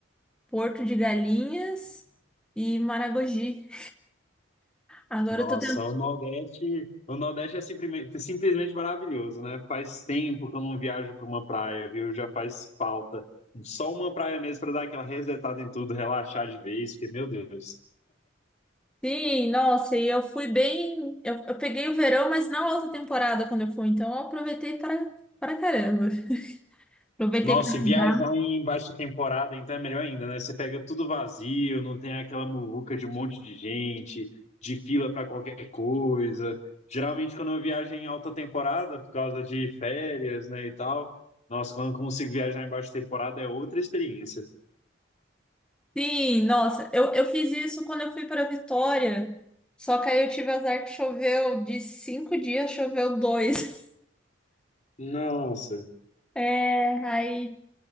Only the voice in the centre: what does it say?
Porto de Galinhas e Maragogi. Agora
eu tô tentando.
Sim, nossa, e eu fui bem. Eu, eu peguei o verão, mas não alta temporada quando eu fui, então eu aproveitei para, para caramba. <laughs> Aproveitei
para
nadar.
Sim, nossa, eu, eu fiz isso quando eu fui para Vitória, só que aí eu tive azar que choveu, de cinco dias choveu dois. <laughs>
É, aí,